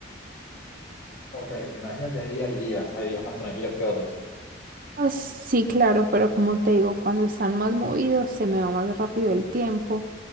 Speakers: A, on the left; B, on the right.
A: Ok, me imagino que hay días y días, hay días más tranquilos que otros.
B: Ah, sí, claro, pero como te digo, cuando están más movidos se me va más rápido el tiempo.